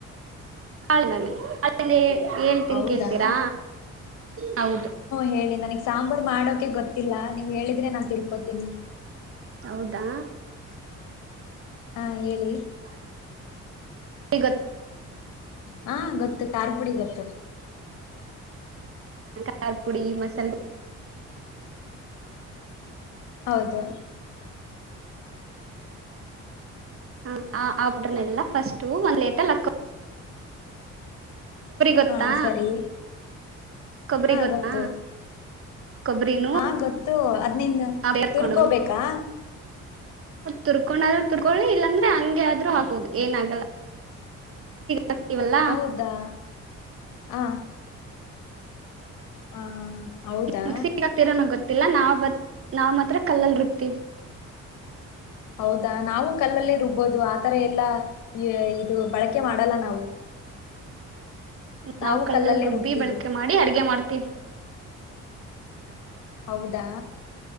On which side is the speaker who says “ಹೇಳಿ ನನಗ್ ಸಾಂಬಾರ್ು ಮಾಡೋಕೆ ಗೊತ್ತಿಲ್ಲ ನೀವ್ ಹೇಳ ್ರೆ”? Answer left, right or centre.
Left